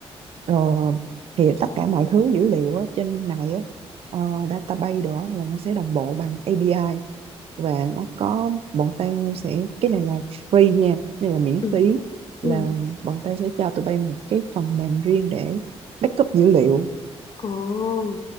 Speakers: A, on the right; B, on the left.
A: rồi thì tất cả mọi thứ dữ liệu á, trên này á ờ, database đó là nó sẽ đồng bộ bằng API và nó có bọn tao sẽ cái này là free nha đây là miễn
B: ừ
A: phí
B: ừ
A: là bọn tao sẽ cho tụi bay một cái phần mềm riêng để backup dữ liệu
B: ồ